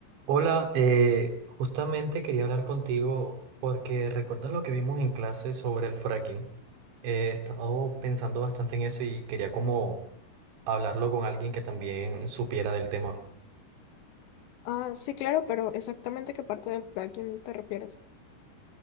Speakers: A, on the right; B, on the left.
A: Hola, eh, justamente quería hablar contigo porque recuerdas lo que vimos en clase sobre el fracking. Eh, He estado pensando bastante en eso y quería como hablarlo con alguien que también supiera del tema.
B: Ah, sí, claro, pero exactamente qué parte del plugin te refieres.